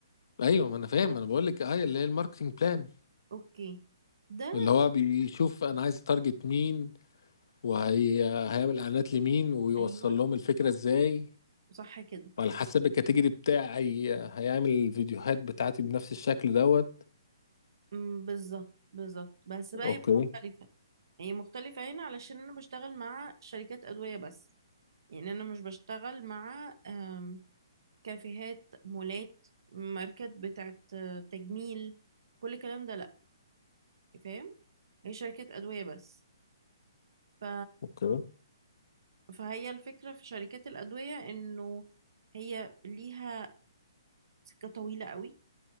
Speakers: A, on the left; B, on the right.
A: ايوه ما انا فاهم انا بقول لك ايوه اللي هي الماركتنج بلان
B: اوكي ده
A: اللي هو بيشوف انا عايز تارجت مين وهيعمل اعلانات لمين ويوصل
B: ايوه
A: لهم الفكره ازاي
B: صح كده
A: وعلى حسب الكاتيجوري بتاعي هيعمل الفيديوهات بتاعتي بنفس الشكل دوت
B: أم، بالظبط بالظبط بس بقى
A: اوكي
B: هي مختلفة هي مختلفة هنا علشان انا بشتغل مع شركات ادوية بس يعني انا مش بشتغل مع أم... كافيهات مولات ماركات بتاعت آه، تجميل كل الكلام ده لا فاهم هي شركات أدوية بس ف...
A: اوكي
B: فهي الفكرة في شركات الأدوية إنه هي ليها سكة طويلة قوي